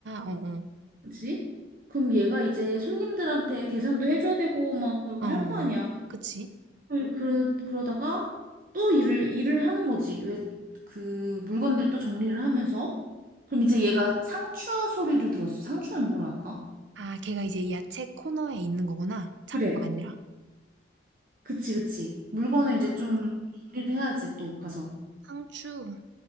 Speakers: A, on the right (about 75°); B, on the right (about 50°).
A: 어어
B: 그치? 그럼 얘가 이제 손님들한테 계산도 해줘야 되고 막 그거
A: 어, 어.
B: 할 거 아니야.
A: 그치
B: 그, 그- 그러다가 또 일을, 일을 하는 거지. 왜 그 물건들 또 정리를 하면서. 그럼 이제 얘가 상추 소리를 들었어. 상추는 뭐라 할까?
A: 아, 걔가 이제 야채 코너에 있는 거구나. 창고가
B: 그래.
A: 아니라.
B: 그치, 그치. 물건을
A: 아,
B: 이제 좀 정리를 해야지 또 가서.
A: 상추.